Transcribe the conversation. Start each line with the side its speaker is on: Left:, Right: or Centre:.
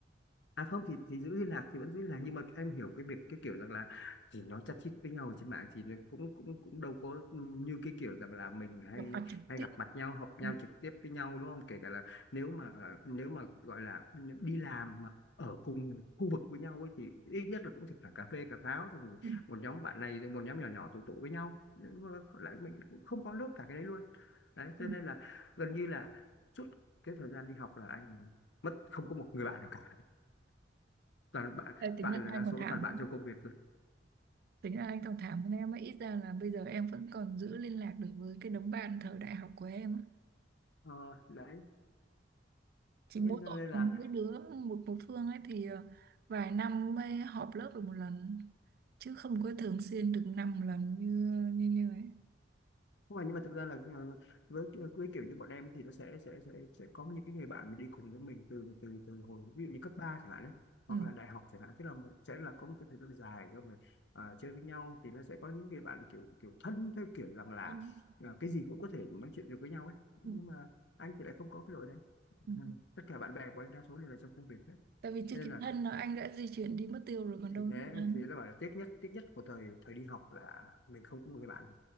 Left: À không thì thì giữ liên lạc thì vẫn giữ liên lạc nhưng mà em hiểu cái việc cái kiểu rằng là thì nó chát chít với nhau ở trên mạng thì nó cũng cũng cũng đâu có như cái kiểu rằng là mình hay
Right: gặp mặt trực
Left: hay
Right: tiếp
Left: gặp mặt nhau họp nhau
Right: Ừ,
Left: trực tiếp với nhau đúng không? Kể cả là nếu mà nếu mà gọi là nếu đi làm mà ở cùng khu vực với nhau ấy thì ít nhất là cũng thỉnh thoảng cà phê cà pháo rồi một
Right: ừ,
Left: một nhóm bạn này rồi một nhóm nhỏ nhỏ tụ tụ với nhau Nhưng mà lại mình cũng không có nốt cả cái đấy luôn đấy cho
Right: ừ.
Left: nên là gần như là suốt cái thời gian đi học là anh mất không có một người bạn nào cả toàn bạn
Right: Ê, tính
Left: bạn
Right: là
Left: là
Right: anh
Left: đa số
Right: còn thảm
Left: toàn bạn trong công việc rồi
Right: tính là anh còn thảm hơn em ấy ít ra là bây giờ em vẫn còn giữ liên lạc được với cái đống bạn thời đại học của em á.
Left: ờ, đấy
Right: chỉ
Left: Thế
Right: mỗi
Left: cho
Right: tội
Left: nên
Right: là
Left: là
Right: mỗi đứa một một phương ấy thì ờ, vài năm mới họp lớp được một lần chứ không có thường xuyên được năm lần như như như ấy
Left: không phải nhưng mà thực ra là ờ, với ờ, với kiểu như bọn em thì nó sẽ sẽ sẽ sẽ có những cái người bạn mà đi cùng với mình từ từ từ hồi ví dụ như cấp 3 chẳng hạn đấy
Right: ừ.
Left: hoặc là đại học chẳng hạn tức là sẽ là có một cái thời gian dài rồi mà ờ, chơi với nhau thì nó sẽ có những người bạn kiểu kiểu thân theo kiểu rằng là
Right: Thân.
Left: ờ, cái gì cũng có thể nói chuyện được với nhau ấy nhưng
Right: Ừ.
Left: mà anh thì lại không có cái đội đấy <laughs>
Right: Ừ.
Left: Ừ, tất cả bạn bè của anh đa số đều là trong công việc hết
Right: tại vì chưa
Left: Thế nên
Right: kịp
Left: là
Right: thân là anh đã di chuyển đi mất tiêu rồi còn
Left: thì
Right: đâu nữa
Left: thế
Right: mà thân
Left: thì đã bảo là tiếc nhất tiếc nhất của thời thời đi học là mình không có một người bạn nào